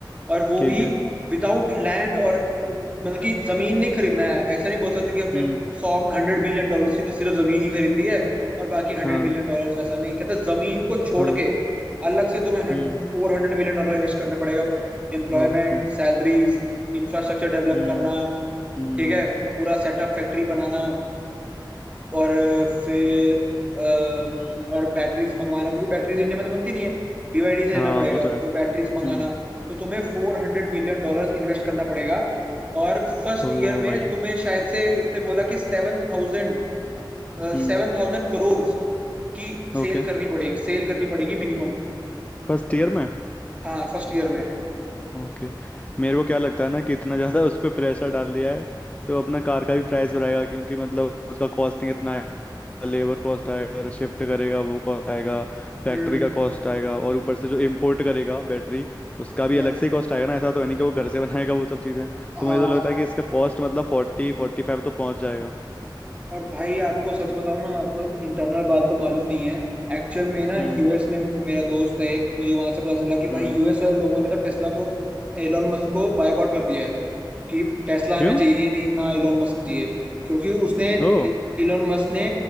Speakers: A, on the right (about 15°); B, on the left (about 15°).
A: और वो
B: ठीक
A: भी
B: है
A: विदाउट लैंड और मतलब कि जमीन नहीं खरीदना है ऐसा नहीं बोल सकते कि हमने
B: हम्म
A: सौ हंड्रेड मिलियन डॉलर की तो सिर्फ जमीन ही खरीद ली है और बाकी हंड्रेड
B: हाँ
A: मिलियन डॉलर वैसा नहीं कहते जमीन को छोड़
B: हाँ
A: के अलग से तुम्हें
B: हम्म
A: फोर हंड्रेड मिलियन डॉलर इन्वेस्ट करने पड़ेगा एम्प्लॉयमेंट
B: ओके
A: सैलरीज इंफ्रास्ट्रक्चर डेवलप
B: हम्म
A: करना
B: हम्म
A: ठीक है पूरा सेटअप फैक्ट्री बनाना और फिर अम, और बैटरीज मंगवाना क्योंकि बैटरीज इंडिया में तो बनती नहीं है बीवाईडी से लेना
B: हाँ
A: पड़ेगा
B: वो तो है
A: वो बैटरीज
B: हम्म
A: मंगाना तो तुम्हें फोर हंड्रेड मिलियन डॉलर्स इन्वेस्ट करना पड़ेगा और फर्स्ट
B: ओ
A: ईयर में
B: भाई
A: तुम्हें शायद से उसने बोला कि सेवन थाउजेंड
B: हम्म
A: सेवन थाउजेंड करोड़ की
B: ओके
A: सेल करनी पड़ेगी सेल करनी पड़ेगी मिनिमम
B: फर्स्ट ईयर में
A: हाँ फर्स्ट ईयर में
B: ओके मेरे को क्या लगता है ना कि इतना ज़्यादा उस पर प्रेशर डाल दिया है तो अपना कार का भी प्राइस बढ़ाएगा क्योंकि मतलब उसका कॉस्टिंग इतना आएगा लेबर कॉस्ट आएगा शिफ्ट करेगा वो कॉस्ट आएगा फैक्ट्री
A: हम्म
B: का कॉस्ट आएगा और ऊपर से जो इम्पोर्ट करेगा बैटरी उसका भी
A: हाँ
B: अलग से ही कॉस्ट आएगा ना ऐसा तो है नहीं कि वो घर से बनाएगा वो सब चीज़ें
A: हाँ
B: तो मुझे तो
A: हाँ
B: लगता है कि इसका कॉस्ट मतलब फोर्टी फोर्टी फाइव तो पहुंच जाएगा
A: और भाई आपको सच बताऊं ना आपको इंटरनल बात तो मालूम नहीं है एक्चुअल में ना
B: हम्म
A: यूएस में मेरा दोस्त है एक मुझे वहां से पता चला कि भाई
B: हम्म
A: यूएस वाले लोगों ने तो टेस्ला को एलोन मस्क को बायकॉट कर दिया है कि टेस्ला
B: क्यों
A: हमें चाहिए ही नहीं ना एलोन मस्क चाहिए क्योंकि उसने
B: ओ
A: एलोन मस्क ने